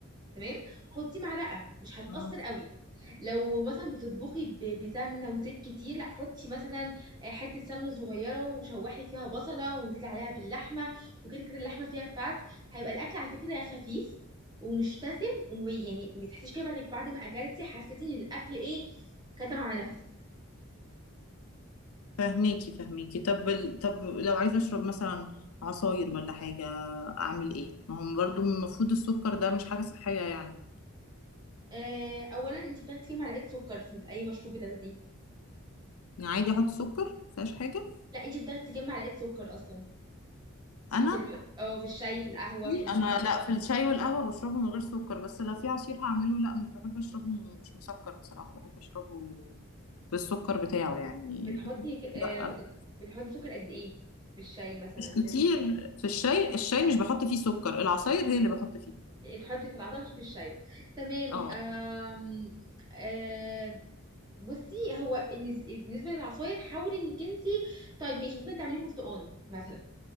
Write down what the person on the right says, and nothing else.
تمام حطي معلقه مش هتأثر
قوي لو مثلا بتطبخي ب- بسمنه وزيت كتير لا حطي مثلا آه، حته سمنه صغيره وشوحي فيها بصله وانزلي عليها باللحمه وكده كده اللحمه فيها فات هيبقى الاكل على فكره خفيف ومش دسم ويعني ما تحسيش كده بعد بعد ما اكلتي حسيتي ان الاكل ايه كتم على نفسك
آه اولا انت بتاخدي كام معلقه سكر في اي مشروب بتاخديه
لا انت بتاخدي كام معلقه سكر اصلا
في ال... اه في الشاي في القهوه
في
بتحطي ك- آه،
بتحطي سكر قد ايه في الشاي مثلا
إيه، تحطي في العصير مش في الشاي تمام
آم، آه، بصي هو النز- بالنسبه للعصاير حاولي انك انت طيب ماشي ممكن تعملي برتقال مثلا